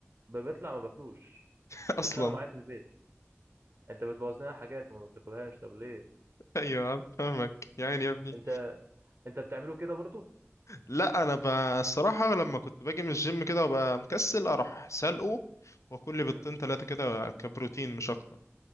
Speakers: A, on the right (about 40°); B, on the left (about 80°).
A: ب- بيطلع ما باكلوش
B: <laughs> اصلا
A: بيتخانقوا معايا في البيت انت بتبوظ لنا حاجات ما بتاكلهاش طب ليه
B: ايوه آه، فاهمك يا عيني يا ابني
A: انت انت بتعمله كده برضه
B: لا انا ب... الصراحة لما كنت باجي من الجيم كده وابقى مكسل اروح سلقه واكل لي بيضتين
A: مم.
B: تلاتة كده كبروتين مش اكتر